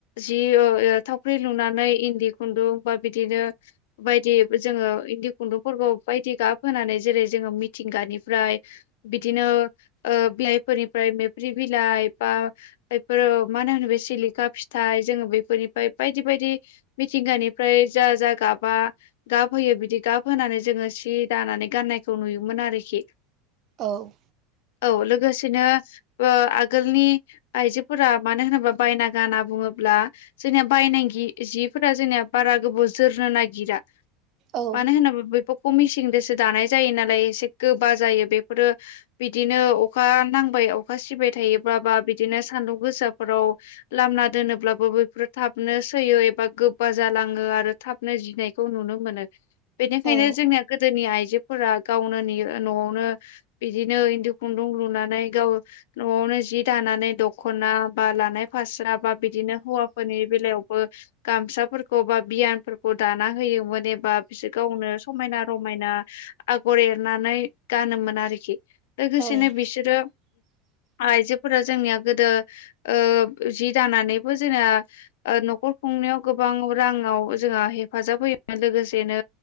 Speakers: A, on the left; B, on the right.
A: जि ओ आ थावख्रि लुनानै इन्दि खुन्दुं बा बिदिनो बायदि जोङो इन्दि खुन्दुंफोरखौ बायदि गाबहोनानै जेरै जोङो मिथिंगानि फ्राय बिदिनो ओ बिलाइफोरनिफ्राय मेब्रि बिलाइ बा बेफोर <unintelligible> सिलिखा फिथाइ जों बेफोरनिफाय बायदि बायदि मिथिंगानिफ्राय जा जा गाबा गाब होयो बिदि गाब होनानै जोङो सि दानानै गाननायखौ नुयोमोन आरोखि
B: औ।
A: औ लोगोसेनो ओ आगोलनि आइजोफोरा मानो होनोब्ला बायना गाना बुङो ब्ला जोंनिया बायनि जिफोरा जोंनिया बारा गोबाव जोरनो नागिरा।
B: औ
A: मानो होनोब्ला बेफोरखौ मिसिंजोंसो दानाय जायो नालाय एसे गो बाजायो बेफोरो बिदिनो अखा नांबाय अखा सिबाय थायोब्ला बा बिदिनो सानदुं गोसाफोराव लामा दोनोब्लाबो बैफोर थाबनो सैयो एबा गोबबा जालाङो आरो थाबनो जिनायखौ नुनो मोनो बेनिखायनो
B: औ
A: जोंनिया गोदोनि आइजोफोरा गावनो नेयो न'आवनो बिदिनो इन्दु खुन्दुं लुनानै गाव न'आवनो जि दानानै दख' ना बा लानाय फास्रा बा बिदिनो हौवाफोरनि बेलायावबो गामसाफोर बा यानफोरखौ दाना होयोमोन एबा बिसोर गावनो समायना रमायना आगर एरनानै गानोमोन आरोखि लोगोसेनो
B: औ
A: बिसोरो आइजोफोरा जोंनिया गोदो ओ जि दानानैबो जोंना न'खर खुंनायाव गोबां रांआव जोंहा हेफाजाब होयोमोन लोगोसेनो